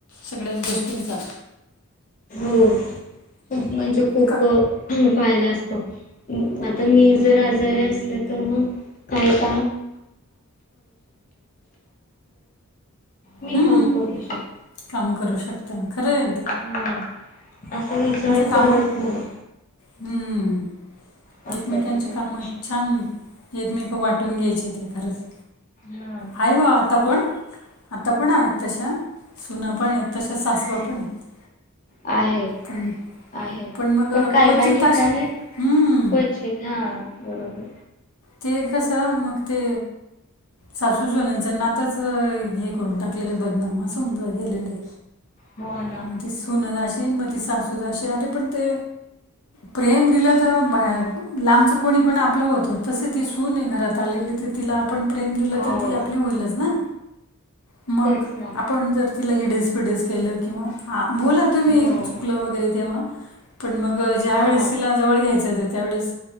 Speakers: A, on the left; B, on the left.
A: सगळ्याच गोष्टींचा
B: हो खूप म्हणजे खूप
A: का
B: फायदा असतो. आता मी जर, आजारी असल तर मग काही <unintelligible> मी
A: हम्म.
B: काम करू
A: काम करू शकते खरंय
B: हम... असा विचार
A: कामं
B: करत नाही
A: हम्म
B: आत्ताची
A: एकमेकांचे
B: जनरेशन.
A: काम छान, एकमेक वाटून घ्यायचे ते खरंच
B: हा.
A: आहे बाबा आत्ता पण? आता पण आहेत तशा, सुन पण आहेत, तशा सासवं पण आहेत.
B: आहे.
A: पण
B: आहेत.
A: मग
B: पण काय
A: क्वचित
B: काय ठिकाणी
A: अश हम्म
B: क्वचित हा.. ! बरोबर.
A: ते कसं, मग ते सासू सुनेच नातच, हे करून टाकलेले बदनाम असून गेलेले
B: हो ना.
A: मग ते सुन जाशी, मग त सासूजशी अरे पण ते प्रेम दिलं तर लांबचं, कोणी पण आपलं होत. तसे ती सून घरात, आलेली ते तिला आपण प्रेम दिलं
B: हो
A: तर, ती आपली होईलच ना? मग
B: तेच ना
A: आपण जर तिला हिडेस, पिडस केलं किंवा ह बोला तुम्ही
B: हो
A: चुकलं वगैरे तेव्हा, पण मग ज्या
B: हा
A: वेळ असेल जवळ घ्यायचं त्या त्यावेळेस